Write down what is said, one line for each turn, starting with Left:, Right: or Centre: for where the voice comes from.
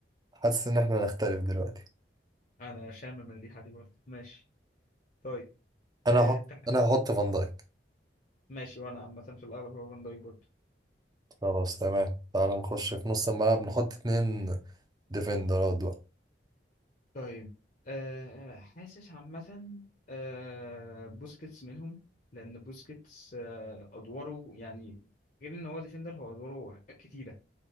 Right: حاسس ان احنا نختلف دلوقتي
Left: انا شامم الريحة دي برضه ماشي طيب
Right: انا
Left: أه
Right: هحط انا هحط فان دايك
Left: ماشي وانا عامة في الاغلب هو فان دايك برضه
Right: خلاص تمام تعال نخش في نص الملعب نحط اتنين ديفندرات بقى
Left: طيب أه حاسس عامة أه بوسكيتس منهم لان بوسكيتس أه ادواره يعني غير ان هو ديفندر هو ادواره كتيرة